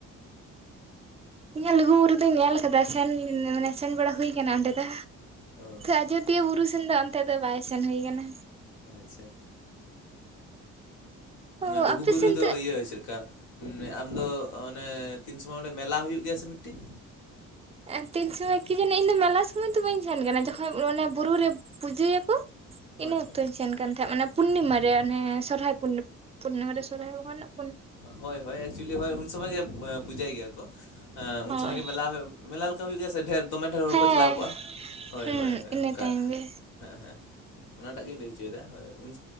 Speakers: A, on the right (about 20°); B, on the left (about 80°).
A: ᱤᱧ ᱦᱚᱸ ᱞᱩᱜᱩᱵᱩᱨᱩ ᱫᱚᱧ ᱧᱮᱞ ᱫᱟ ᱥᱮᱱ ᱢᱟᱱᱮ ᱥᱮᱱ ᱵᱟᱲᱟ ᱦᱩᱭ ᱠᱟᱱᱟ ᱚᱸᱰᱮ ᱫᱚ
B: ᱚ
A: ᱟᱡᱚᱫᱤᱭᱟᱹ ᱵᱩᱨᱩ ᱥᱮᱸ ᱤᱱ ᱫᱚ ᱚᱱᱛᱮ ᱫᱚ ᱵᱟᱭ ᱥᱮᱱ ᱦᱩᱭ ᱠᱟᱱᱟ
B: ᱟᱪᱪᱷᱟ
A: ᱚ
B: ᱞᱩᱜᱩᱵᱩᱨᱩ
A: ᱟᱯᱮ ᱥᱮᱱ
B: ᱫᱚ ᱤᱭᱟᱹ ᱥᱮᱫ ᱠᱟ ᱟᱢᱫᱚ ᱚᱱᱮ ᱛᱤᱱ ᱥᱚᱢᱚᱭ ᱚᱸᱰᱮ ᱢᱮᱞᱟ ᱦᱩᱭᱩᱜ ᱜᱮᱭᱟ ᱥᱮ ᱢᱤᱫᱴᱤᱡ?
A: ᱮ ᱛᱤᱱ ᱥᱚᱢᱚᱭ ᱠᱤ ᱡᱟᱱᱤ ᱤᱧ ᱫᱚ ᱢᱮᱞᱟ ᱥᱚᱢᱚᱭ ᱫᱚ ᱵᱟᱹᱧ ᱥᱮᱱ ᱠᱟᱱᱟ ᱡᱚ ᱟᱡ ᱚᱱᱮ ᱵᱩᱨᱩ ᱨᱮ ᱯᱩᱡᱟᱹᱭᱟᱠᱩ
B: ᱦᱳᱭ
A: ᱤᱱᱟᱹ
B: ᱦᱳᱭ
A: ᱚᱠᱛᱚᱧ ᱥᱮᱱ ᱠᱟᱱ ᱛᱟᱦᱮᱸᱜ ᱢᱟᱱᱮ ᱯᱩᱱᱱᱤᱢᱟ ᱨᱮ ᱚᱱᱮ ᱥᱚᱨᱦᱟᱭ ᱯᱩᱱᱱᱤ ᱯᱩᱱᱱᱤᱢᱟ ᱨᱮ ᱥᱚᱨᱦᱟᱭ ᱵᱚᱸᱜᱟ ᱱᱟᱜ
B: ᱦᱳᱭ ᱦᱳᱭ ᱮᱠᱪᱩᱭᱮᱞᱤ ᱦᱳᱭ ᱩᱱ ᱥᱚᱢᱚᱭ ᱜᱮ ᱯᱩᱡᱟᱹᱭ ᱜᱮᱭᱟ ᱠᱚ ᱩᱱ
A: ᱦᱳᱭ
B: ᱥᱚᱢᱚᱭ ᱜᱮ ᱢᱮᱞᱟ ᱦᱩᱭᱩᱜ ᱾ ᱢᱮᱞᱟ ᱞᱮᱠᱟ ᱦᱩᱭᱩᱜ ᱜᱮᱭᱟ ᱥᱮ ᱰᱷᱮᱨ ᱫᱚᱢᱮ ᱰᱷᱮᱨ ᱦᱚᱲ
A: ᱦᱮᱸ
B: ᱠᱚ ᱪᱟᱞᱟᱣ ᱠᱚᱜᱼᱟ ᱾ ᱦᱳᱭ
A: ᱦᱩᱸ
B: ᱦᱳᱭ
A: ᱤᱱᱟᱹ
B: ᱚᱱᱠᱟ
A: ᱛᱟᱭᱚᱢ ᱜᱮ
B: ᱾ ᱦᱮᱸ ᱦᱮᱸ ᱾ ᱚᱱᱟᱴᱟᱜ ᱜᱤᱧ ᱞᱟᱹᱭ ᱚᱪᱚᱭᱮᱫᱟ ᱾ ᱦᱳᱭ ᱩᱱ